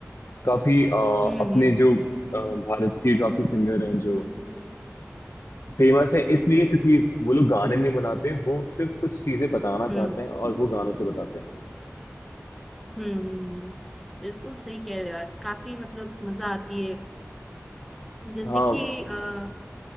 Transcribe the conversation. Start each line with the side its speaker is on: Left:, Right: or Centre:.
Left: काफी अ,
Centre: हम्म हम्म
Left: अपने जो अ, भारत के काफी सिंगर हैं जो फेमस हैं इसलिए क्योंकि वो लोग गाने नहीं बनाते वो सिर्फ कुछ चीजें बताना चाहते
Centre: हम्म
Left: हैं और वो गानों से बताते हैं
Centre: हम्म, हम्म, हम्म। बिल्कुल सही कह रहे हो यार काफी मतलब मजा आती है जैसे
Left: हाँ
Centre: कि आ,